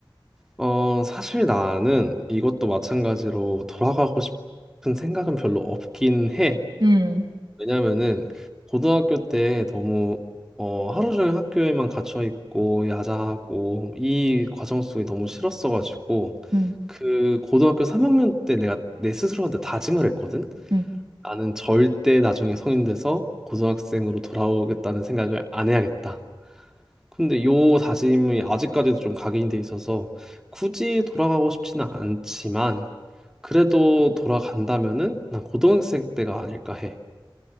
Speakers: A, in the centre; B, on the right.
A: 어, 사실 나는 이것도 마찬가지로 돌아가고 싶은 생각은 별로 없긴 해.
B: 음,
A: 왜냐면은 고등학교 때 너무 어, 하루 종일 학교에만 갇혀 있고 야자하고 이 과정 속이 너무 싫었어가지고
B: 음,
A: 그 고등학교 3학년 때 내가 내 스스로한테 다짐을 했거든.
B: 음.
A: 나는 절대 나중에 성인 돼서 고등학생으로 돌아오겠다는 생각을 안 해야겠다. 근데 요 다짐이 아직까지도 좀 각인이 돼 있어서 굳이 돌아가고 싶지는 않지만 그래도 돌아간다면은 난 고등학생 때가 아닐까 해.